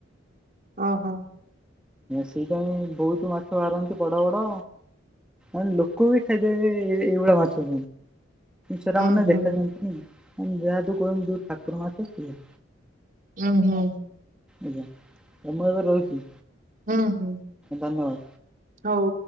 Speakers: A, on the right; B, in the centre.
A: ଓ ହୋ
B: ସେଇପାଇଁ ବହୁତ ମାଛ ବାହାରନ୍ତି ବଡ ବଡ ଆ ଲୋକ ବି ଖାଇଦେବେ ଏଇଭଳିଆ ମାଛ ସେଟା
A: ହୁଁ
B: ମାନେ
A: ହୁଁ
B: ଦେଖାଯାଉଛନ୍ତି ଯାହାତୁ କହିଲୁ ଠାକୁର ମାଛ ସେଇଆ
A: ହଁ ହୁଁ।
B: ଆଜ୍ଞା ମୁଁ ଏବେ ରହିଛି।
A: ହଁ ହଁ।
B: ଧନ୍ୟବାଦ।
A: ହଉ।